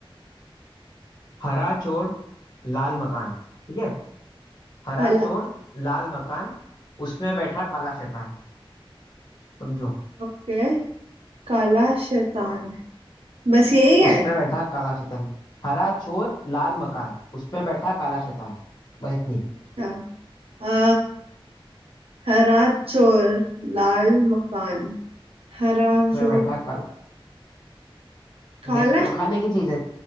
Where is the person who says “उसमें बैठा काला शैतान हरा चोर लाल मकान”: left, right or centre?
Left